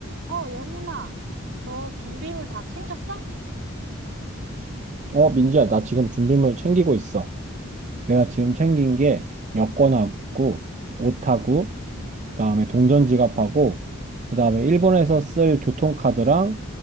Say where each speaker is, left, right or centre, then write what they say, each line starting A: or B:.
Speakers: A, on the right; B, on the right.
A: 어, 예훈아, 너 준비물 다 챙겼어?
B: 어, 민지야, 나 지금 준비물 챙기고 있어. 내가 지금 챙긴 게 여권하고 옷하고 그다음에 동전 지갑하고 그다음에 일본에서 쓸 교통카드랑